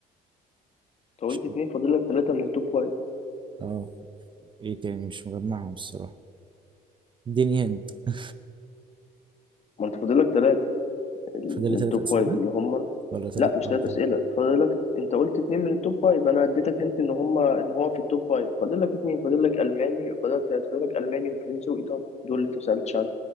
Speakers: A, on the left; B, on the right.
A: قلت
B: مش
A: اتنين فاضل لك ثلاثة من التوب فايف
B: اه ايه تاني مش مجمعهم الصراحة اديني هند <laughs>
A: ما انت فاضل لك ثلاثة
B: فاضل
A: من
B: لي تلات
A: التوب
B: أسئلة
A: فايف اللي هم
B: ولا تلات
A: لا
B: اه
A: مش ثلاث
B: تلات
A: اسئلة فاضل لك انت قلت اتنين من التوب فايف انا اديتك انت ان هم ان هو في التوب فايف فاضل لك اتنين فاضل لك الماني فاضل لك ثلاثة فاضل لك الماني وفرنسي وايطالي دول اللي انت سألتش عنهم